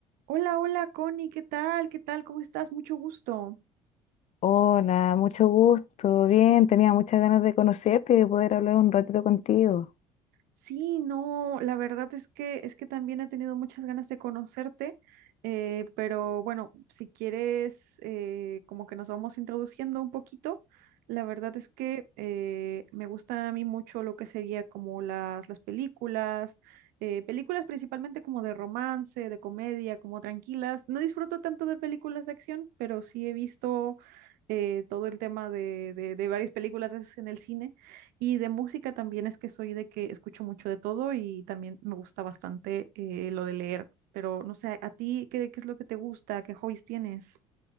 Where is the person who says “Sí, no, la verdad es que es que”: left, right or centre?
Right